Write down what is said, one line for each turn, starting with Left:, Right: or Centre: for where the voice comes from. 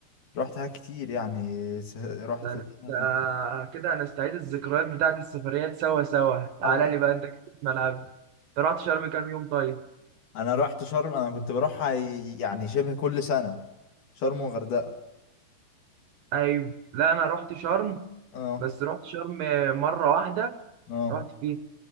Left: رحت حاجات كتير يعني س- رحت
Right: ده انت
Left: <laughs>
Right: كده هنستعيد الذكريات بتاعت السفريات سوا سوا تعالى
Left: اه
Right: لي بقى انت كده في ملعبي انت رحت شرم كام يوم طيب
Left: انا رحت شرم انا كنت بروحها يعني شبه كل سنة شرم وغردقة
Right: ايوه لا انا رحت شرم
Left: اه
Right: بس رحت شرم مرة واحدة
Left: اه
Right: رحت فيها